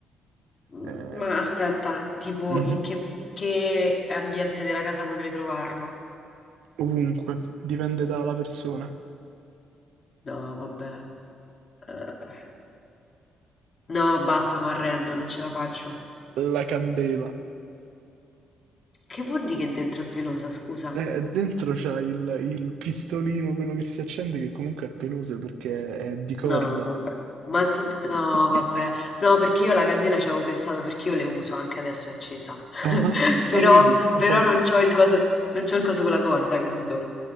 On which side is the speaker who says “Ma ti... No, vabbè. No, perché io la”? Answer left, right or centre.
Left